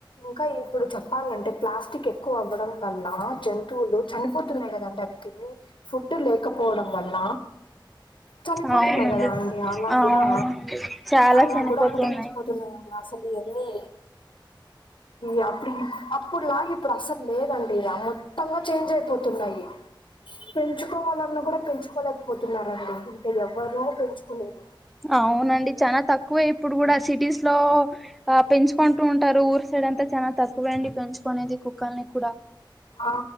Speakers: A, on the left (about 75°); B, in the centre.
A: ఇంకా ఇప్పుడు చెప్పాలంటే ప్లాస్టిక్ ఎ ఎక్కువ అవ్వడం వల్ల జంతువులు చనిపోతున్నాయి కదండి అవి తినీ ఫుడ్ లేకపోవడం వల్ల చనిపోతున్నాయి
B: అవునండి
A: కదా అండి అలా
B: అవునండి
A: కూడా
B: చాలా
A: అలా
B: చనిపోతున్నాయి
A: కూడా అంతరించిపోతున్నాయండి అసలు ఇవన్నీ ఇ అప్పుడు అప్పుడులాగ ఇప్పుడు అసలు లేదంటడి ఆ మొత్తంగా చేంజ్ అయిపోతున్నాయి పెంచుకోవాలన్నా కూడా పెంచుకోలేకపోతున్నారండి ఇంకా ఎవ్వరు పెంచుకోలేరు
B: అవునండి చానా తక్కువే ఇప్పుడు కూడా సిటీస్ లో ఆ పెంచుకుంటూ ఉంటారు ఊరు సైడ్ అంతా చానా తక్ తక్కువే అండి పెంచుకునేది కుక్కల్ని కూడా
A: ఆ